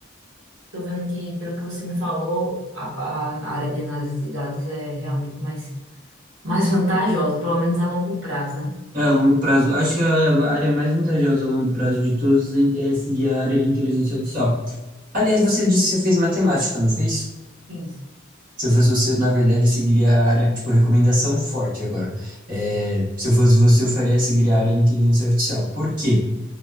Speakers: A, on the right (about 80°); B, on the right (about 45°).
A: Tô vendo que, pelo que você me falou, a, a- a área de análise de dados é realmente mais, mais <laughs> vantajosa, pelo menos a longo prazo, né?
B: É, a longo prazo. Acho que a a área mais vantajosa a longo prazo de todos é seguir a área de inteligência artificial. Aliás, você disse que você fez matemática, não fez?
A: Isso.
B: Se eu fosse você, na verdade, eu seguiria a área, tipo, recomendação forte agora. É, se eu fosse você, eu faria seguir a área de inteligência artificial. Por quê?